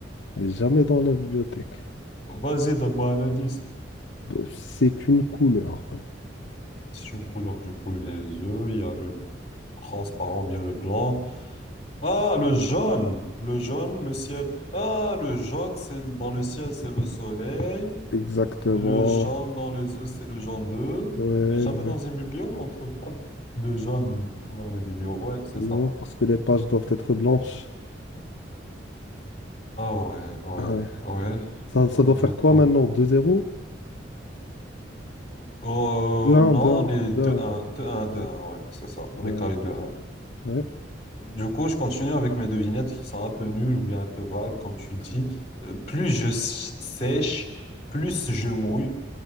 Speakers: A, on the left; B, on the left.
A: mais jamais dans la bibliothèque.
B: Vas-y, donne-moi un indice.
A: Bah, C'est une couleur. vas-y.
B: C'est une couleur, du coup, les œufs, il y a le Transparent, bien le blanc. Ah, le jaune, le jaune, le ciel. Ah, le jaune, c'est dans le ciel, c'est le soleil.
A: Exactement.
B: Le jaune dans les œufs, c'est le jaune d'œuf.
A: Ouais,
B: Et jamais
A: exact-
B: dans une bibliothèque, on trouve pas de jaune dans les bibliothèques. Ouais, c'est
A: Non,
B: ça.
A: parce que les pages doivent être blanches.
B: Ah ouais, ouais,
A: Ouais.
B: ouais.
A: Ça, ça doit faire
B: Du
A: quoi
B: coup.
A: maintenant? Deux zéro
B: Oh,
A: Deux un,
B: euh, non,
A: deux un,
B: on est
A: deux
B: 2-1,
A: un.
B: 2-1, 2-1,
A: Ouais,
B: ouais, c'est ça.
A: Deux
B: On est carré
A: un.
B: deux un
A: Ouais.
B: Du coup, je continue avec mes devinettes qui sont un peu nulles ou bien un peu vagues, comme tu le dis. Euh, plus je s- sèche, plus je mouille.